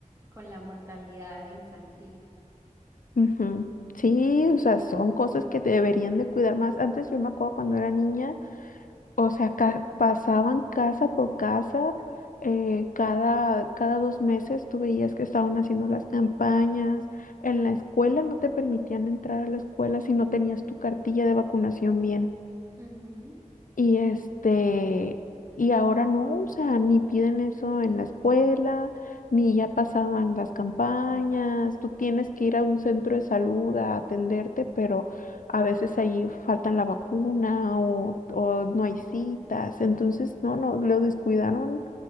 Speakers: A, on the right; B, on the left.
A: con la mortalidad infantil.
B: Ujú. Sí, o sea, son cosas que deberían de cuidar más. Antes yo me acuerdo cuando era niña O sea, ca- pasaban casa por casa, eh, cada, cada dos meses tú veías que estaban haciendo las campañas. En la escuela no te permitían entrar a la escuela si no tenías tu cartilla de vacunación bien.
A: Ujú.
B: Y este, y ahora no, o sea, ni piden eso en la escuela, ni ya pasaban las campañas, tú tienes que ir a un centro de salud a atenderte, pero a veces ahí faltan la vacuna o, o no hay citas, entonces no, no, lo descuidaron